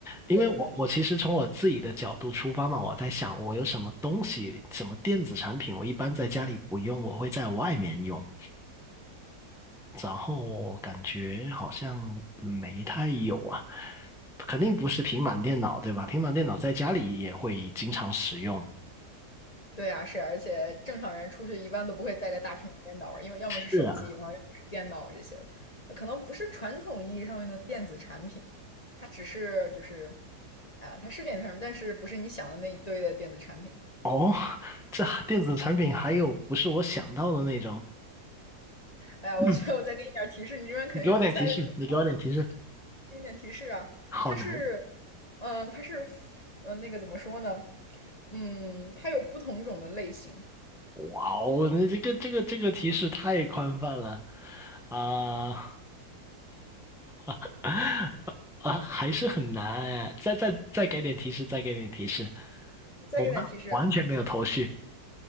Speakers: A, in the centre; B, on the left.
A: 因为我我其实从我自己的角度出发嘛，
B: 对对。
A: 我在想我有什么东西，什么电子产品，我一般在家里不用，我会在外面用。然后感觉好像没太有啊，肯定不是平板电脑，对吧？平板电脑在家里也会经常使用。
B: 对啊，是，而且正常人出去一般都不会带个大平板电脑，因为要么是手机，
A: 是啊，
B: 然后要么是电脑这些，呃可能不是传统意义上面的电子产品，它只是就是，啊、它是电子产品，但是不是你想的那一堆的电子产品。
A: 哦，<laughs> 这电子产品还有不是我想到的那种。
B: 哎呀，我觉得我再给你点儿提示，
A: 嗯
B: 你这边肯定能猜得出来
A: 你给我点提示，你给我点提示，
B: 给你点提示啊，
A: 好难。
B: 它是，嗯、它是，嗯、那个怎么说呢？嗯，它有不同种的类型。
A: 哇哦，那这个这个这个提示太宽泛了啊！<laughs> 啊，还是很难哎。再再再给点提示，再给点提示，
B: 再给点提示啊，
A: 我完完全没有头绪。